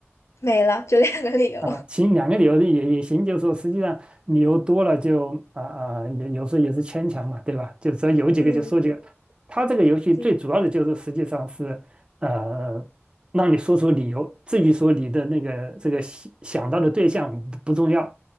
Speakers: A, on the left; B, on the right.
A: 没了，就两个理由，
B: 啊，其实两个理由也也行，就是说实际上理由多了就啊啊、也有时候也是牵强嘛，对吧？就只要有几个就说几个。
A: <laughs> 嗯
B: 它这个游戏最主要的就是实际上是呃，
A: 嗯
B: 让你说出理由，至于说你的那个这个想想到的对象不不重要